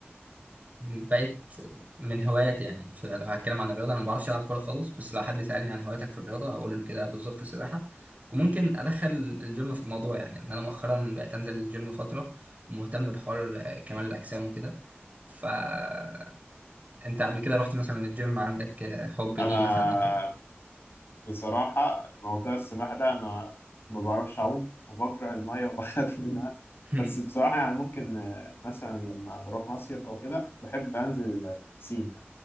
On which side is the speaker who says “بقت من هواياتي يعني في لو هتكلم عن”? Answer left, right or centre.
Right